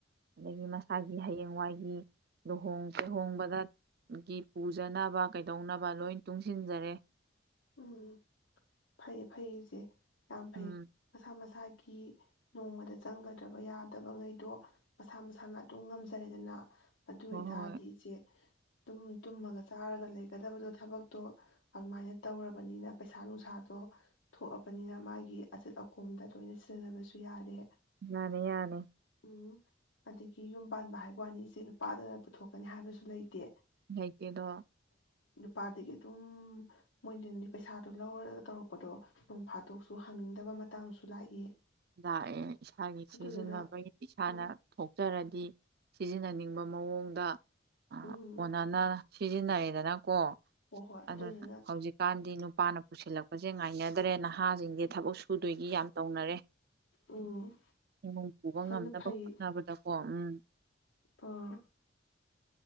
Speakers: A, on the right; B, on the left.
A: ꯑꯗꯒꯤ ꯃꯁꯥꯒꯤ ꯍꯌꯦꯡꯋꯥꯏꯒꯤ ꯂꯨꯍꯣꯡ ꯀꯩꯍꯣꯡꯕꯗꯒꯤ ꯄꯨꯖꯅꯕ ꯀꯩꯗꯧꯅꯕ ꯂꯣꯏ ꯇꯨꯡꯁꯤꯟꯖꯔꯦ꯫
B: ꯎꯝ ꯐꯩꯌꯦ ꯐꯩꯌꯦ ꯏꯆꯦ꯫ ꯌꯥꯝ ꯐꯩ
A: ꯎꯝ
B: ꯃꯁꯥ ꯃꯁꯥ <unintelligible> ꯅꯣꯡꯃꯗ ꯆꯪꯒꯗ꯭ꯔꯕ ꯌꯥꯗꯕꯉꯩꯗꯣ ꯃꯁꯥ ꯃꯁꯥꯅ ꯑꯗꯨꯝ ꯉꯝꯖꯔꯦꯗꯅ꯫ ꯑꯗꯨ
A: ꯍꯣꯏ
B: ꯑꯣꯏꯇꯥꯔꯗꯤ
A: ꯍꯣꯏ
B: ꯏꯆꯦ꯫ ꯑꯗꯨꯝ ꯇꯨꯝꯃꯒ ꯆꯥꯔꯒ ꯂꯩꯒꯗꯕꯗꯣ ꯊꯕꯛꯇꯣ ꯑꯗꯨꯃꯥꯏꯅ ꯇꯧꯔꯕꯅꯤꯅ ꯄꯩꯁꯥ ꯅꯨꯡꯁꯥꯗꯣ ꯊꯣꯛꯑꯕꯅꯤꯅ ꯃꯥꯒꯤ ꯑꯆꯠ ꯑꯀꯣꯝꯗ ꯂꯣꯏꯅ ꯁꯤꯖꯤꯟꯅꯕꯁꯨ ꯌꯥꯔꯦ
A: ꯌꯥꯔꯦ ꯌꯥꯔꯦ
B: ꯎꯝ ꯑꯗꯒꯤ ꯌꯨꯝ ꯄꯥꯟꯕ ꯍꯥꯏꯕ ꯋꯥꯅꯤꯁꯦ ꯅꯨꯄꯥꯗꯅ ꯄꯨꯊꯣꯛꯀꯅꯤ ꯍꯥꯏꯕꯁꯨ ꯂꯩꯇꯦ
A: <unintelligible>
B: ꯄꯥꯥꯗꯒꯤ ꯑꯗꯨꯝ ꯃꯣꯏꯅꯗꯤ ꯄꯩꯁꯥꯗꯣ ꯂꯧꯔꯒ ꯇꯧꯔꯛꯄꯗꯣ ꯅꯣꯡ ꯐꯥꯗꯣꯛꯁꯨ ꯍꯪꯅꯤꯡꯗꯕ ꯃꯇꯥꯡꯁꯨ ꯂꯥꯛꯏ
A: ꯂꯥꯛꯑꯦ ꯏꯁꯥꯒꯤ
B: ꯑꯗꯨꯗꯨꯅ
A: ꯁꯤꯖꯤꯟꯅꯕꯒꯤ ꯏꯁꯥꯅ
B: ꯎꯝ
A: ꯊꯣꯛꯆꯔꯗꯤ ꯁꯤꯖꯤꯟꯅꯅꯤꯡ ꯕ ꯃꯑꯣꯡꯗ ꯑ
B: ꯎꯝ
A: ꯀꯣꯅꯥꯅ ꯁꯤꯖꯤꯟꯅꯩꯌꯦꯗꯅ ꯀꯣ
B: ꯍꯣꯏ ꯍꯣꯏ ꯑꯗꯨꯗꯨꯅ
A: ꯑꯗꯨꯅ ꯍꯧꯖꯤꯛꯀꯥꯟꯗꯤ ꯅꯨꯄꯥꯅ ꯄꯨꯁꯤꯜꯂꯛꯄꯁꯦ ꯉꯥꯏꯅꯗꯦ ꯦ ꯅꯍꯥꯁꯤꯡꯒꯤꯦ ꯊꯕꯛ ꯁꯨꯗꯣꯏꯒꯤ ꯌꯥꯝ ꯇꯧꯅꯔꯦ
B: ꯎꯝ
A: ꯏꯃꯨꯡ ꯄꯨꯕ
B: ꯑꯗꯨꯅ
A: ꯉꯝꯅꯕ
B: ꯐꯩ
A: ꯍꯣꯠꯅꯕꯗꯀꯣ ꯎꯝ
B: ꯑꯥ